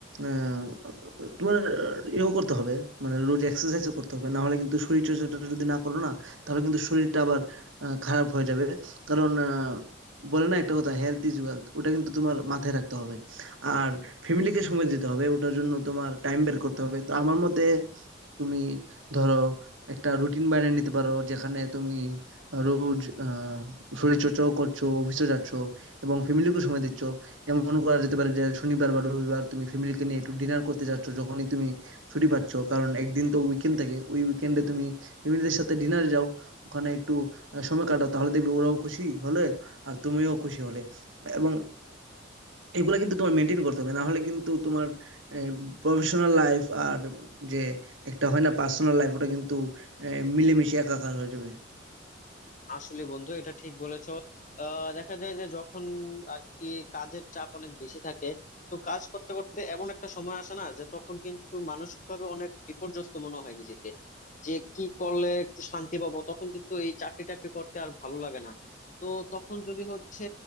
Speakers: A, on the right; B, on the left.
A: আহ, তোমার আহ, ইয়েও করতে হবে মানে রোজ এক্সারসাইজও করতে হবে না হলে কিন্তু শরীর চর্চাটা যদি না করো না তাহলে কিন্তু শরীরটা আবার আহ, খারাপ হয়ে যাবে কারণ আহ, বলে না একটা কথা হেলথ ইজ ওয়েলথ ওটা কিন্তু তোমার মাথায় রাখতে হবে আর ফ্যামিলিকে সময় দিতে হবে ওটার জন্য তোমার টাইম বের করতে হবে তো আমার মতে তুমি ধরো একটা রুটিন বানিয়ে নিতে পারো যেখানে তুমি রোজ আহ, শরীরচর্চাও করছো অফিসে যাচ্ছ এবং ফ্যামিলিকেও সময় দিচ্ছ এমন করা যেতে পারে যে শনিবার বা রবিবার তুমি ফ্যামিলিকে নিয়ে একটু ডিনার করতে যাচ্ছ যখনই তুমি ছুটি পাচ্ছ কারণ একদিন তো উইকেন্ড থাকে ওই উইকেন্ডে তুমি ফ্যামিলিদের সাথে ডিনার যাও ওখানে একটু আহ, সময় কাটাও তাহলে দেখবে ওরাও খুশি হলে আর তুমিও খুশি হলে এবং এগুলা কিন্তু তোমার মেনটেন করতে হবে না হলে কিন্তু তোমার প্রফেশনাল লাইফ আর যে একটা হয় না পার্সোনাল লাইফ ওটা কিন্তু আহ, মিলেমিশে একাকার হয়ে যাবে
B: আসলে বন্ধু এটা ঠিক বলেছো আহ দেখা যায় যে যখন আর কি কাজের চাপ অনেক বেশি থাকে তো কাজ করতে করতে এমন একটা সময় আসে না যে তখন কিন্তু মানসিক ভাবে অনেক বিপর্যস্ত মনে হয় নিজেকে যে কি করলে একটু শান্তি পাবো তখন কিন্তু এই চাকরি টাকরি করতে আর ভালো লাগে না তো তখন যদি হচ্ছে